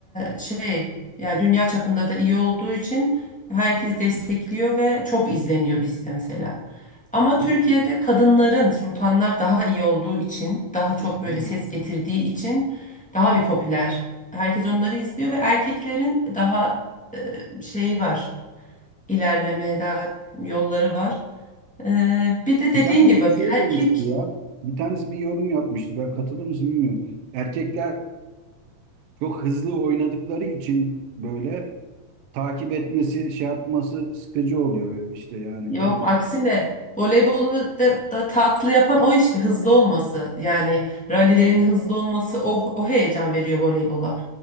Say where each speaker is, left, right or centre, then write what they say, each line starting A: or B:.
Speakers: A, in the centre; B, on the right.
A: e, şey yani dünya çapında da iyi olduğu için herkes destekliyor ve çok izleniyor bizde mesela. Ama
B: Öyle
A: Türkiye'de
B: mi?
A: kadınların sultanlar daha iyi olduğu için, daha çok
B: Hı.
A: böyle ses getirdiği için daha bir popüler. Herkes onları izliyor ve erkeklerin daha e, şeyi var, ilerlemeye daha yolları var. Ee, bir de dediğin
B: Bir tanesi
A: gibi bak
B: şey
A: erkek
B: demişti ya. Bir tanesi bir yorum yapmıştı. Ben katılır mısın bilmiyorum. Erkekler çok hızlı oynadıkları için böyle takip etmesi, şey yapması sıkıcı oluyor işte yani
A: Yok
B: tam
A: aksine voleybolu da, da tatlı yapan o işte hızlı olması. Yani rallilerin hızlı olması o, o heyecan veriyor voleybola.